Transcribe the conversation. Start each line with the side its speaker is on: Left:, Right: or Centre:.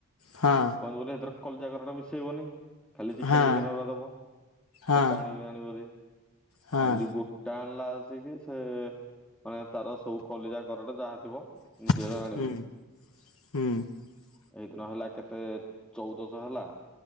Left: ହଁ
Centre: କହବୁ ବଲେ ଏଥର କଲିଜା କରାଟ ମିଶେଇବନି। ଖାଲି ଚିକେନ
Left: ହଁ
Centre: ଚିକେନ ଗୁଡ଼ା ଦବ
Left: ହଁ
Centre: କଟା ଆଣିକି ଆଣିବ ଜଦି
Left: ହଁ
Centre: ଆମିତି ଗୋଟା ଆଣିଲା ଆସିକି ସେ ମାନେ ତାର ସବୁ କଲିଜା କରାଟ ଯାହା ଥିବ
Left: ହୁଁ
Centre: ନିଜର ଆଣିବୁ
Left: ହୁଁ।
Centre: ଏଇ ଦିନ ହେଲା କେତେ ଚଉଦଶହ ହେଲା